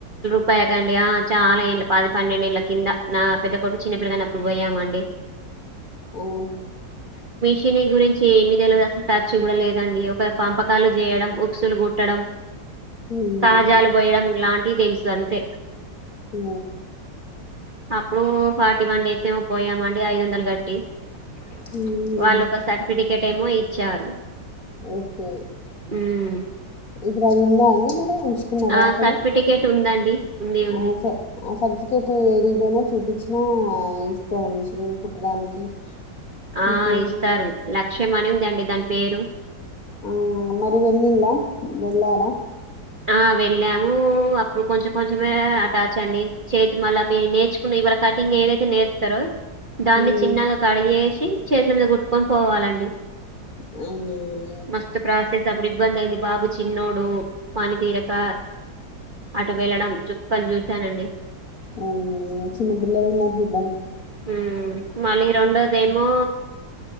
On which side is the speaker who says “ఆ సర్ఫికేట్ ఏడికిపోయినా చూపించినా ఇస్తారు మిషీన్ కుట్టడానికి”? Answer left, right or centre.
Left